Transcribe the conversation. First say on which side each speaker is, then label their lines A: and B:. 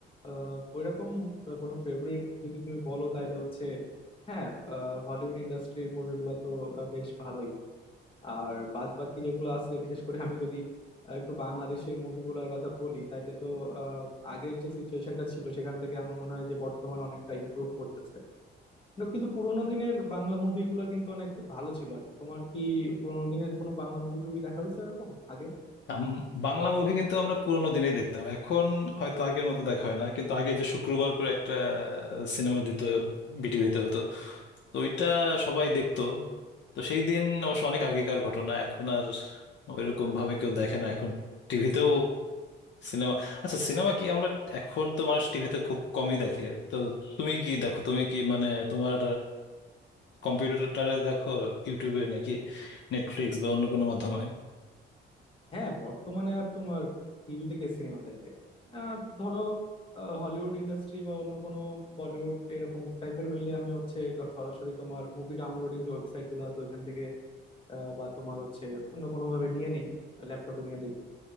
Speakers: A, on the left; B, on the left.
A: আহ ওইরকম কোনো ফেভারিট যদি তুমি বলো তাহলে হচ্ছে হ্যাঁ হলিউড ইন্ডাস্ট্রির মুভিগুলো তো আহ, বেশ ভালোই আর বাদ বাকি যেগুলো আছে বিশেষ করে আমি যদি আহ, একটু বাংলাদেশের মুভিগুলোর কথা বলি তাইলে তো আহ, আগের যে সিচুয়েশনটা ছিল সেখান থেকে আমার মনে হয় যে বর্তমান অনেকটা ইমপ্রুভ করতেছে কিন্তু কিন্তু পুরোনো দিনের বাংলা মুভিগুলো কিন্তু অনেক ভালো ছিল আর কি তোমার কি পুরোনো দিনের কোনো বাংলা মুভি টুভি দেখা হয়েছে এরকম আগে
B: আম, বাংলা মুভি কিন্তু আমরা পুরোনো দিনেই দেখতাম এখন হয়তো আগের মতো দেখা হয় না কিন্তু আগে যে শুক্রবার করে একটা সিনেমা দিত বিটিভিতে হতো তো ওইটা সবাই দেখতো তো সেই দিন অবশ্য অনেক আগেকার ঘটনা এখন আর ওইরকম ভাবে কেউ দেখে না এখন টিভিতেও সিনেমা আচ্ছা সিনেমা কি আমরা এখন তো মানুষ টিভিতে খুব কমই দেখে তো তুমি কি দেখো তুমি কি মানে তোমার কম্পিউটারে দেখো ইউটিউবে নাকি নেটফ্লিক্স বা অন্য কোনো মাধ্যমে
A: হ্যাঁ বর্তমানে আর তোমার টিভিতে কে সিনেমা দেখে আহ, ধরো হলিউড ইন্ডাস্ট্রি বা অন্য কোনো বলিউড এরকম টাইপের হইলে আমি হচ্ছে দ- সরাসরি তোমার মুভি ডাউনলোডিং যে ওয়েবসাইট গুলো আছে ওইখান থেকে আহ, বা তোমার হচ্ছে অন্য কোনোভাবে নিয়ে নেই ল্যাপটপে নিয়ে দেখি